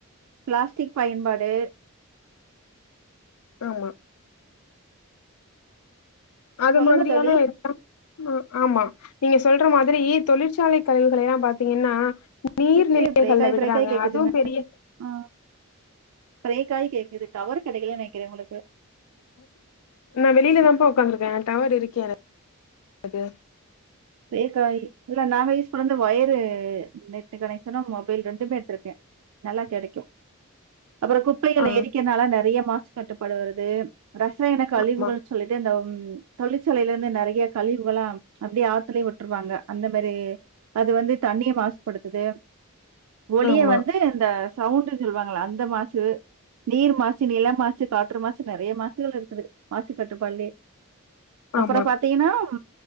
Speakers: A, on the right; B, on the left.
A: பிளாஸ்டிக் பயன்பாடு
B: ஆமா அது
A: சொல்லுங்க
B: மாதிரியானா
A: தோழி.
B: இருக்கா ம ஆமா நீங்க சொல்ற மாதிரி தொழிற்சாலை கழிவுகளெலா பாத்திங்கன்னா நீர்நிலைகள்ல
A: விட்டு பிரேக் ஆயி
B: விடுறாங்க
A: பிரேக் ஆயி கேக்குதுங்க.
B: அதுவு பெரிய
A: ஆ பிரேக் ஆய் கேக்குது டவரு கெடைக்கலை நெனைக்கிறே உங்களுக்கு
B: நா வெளியிலதாம்பா உக்காந்துருக்கே டவர் இருக்கே எனக் கு
A: பிரேக்காய் இல்ல நாங்க யூஸ் பண்ணந்து வயரு நெட்டு கனெக்ஷனு மொபைல் ரெண்டுமே எடுத்துருக்கே நல்லா கெடைக்கூ அப்புறொ குப்பைகள
B: ஆ
A: எரிக்கிறனால நெறைய மாசு கட்டுப்பாடு வருது ரசாயன கழிவுகள்ன்ச்
B: ஆமா
A: சொல்லிட்டு அந்தம் தொழிற்சாலையிலருந்து நெறைய கழிவுகளா அப்டியே ஆத் துலையே விட்ருவாங்க அந்த மாரி அது வந்து தண்ணிய மாசுபடுத்துதூ ஒலிய
B: ஆமா
A: வந்து இந்த சவுண்டுஞ் சொல்லுவாங்கள அந்த மாசு நீர் மாசு நில மாசு காற்று மாசு நெறைய மாசுகள் இருக்குது மாசு கட்டுப்பாட்லையே அப்புறோ
B: ஆமா
A: பாத்தியனாம்